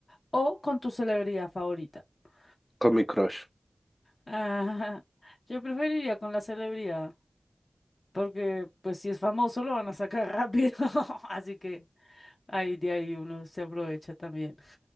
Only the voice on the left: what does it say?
o con tu celebridad favorita? <laughs>
Ah, yo preferiría con la celebridad. Porque pues si es famoso lo van a sacar rápido. <laughs> Así que ahí de ahí uno se aprovecha también.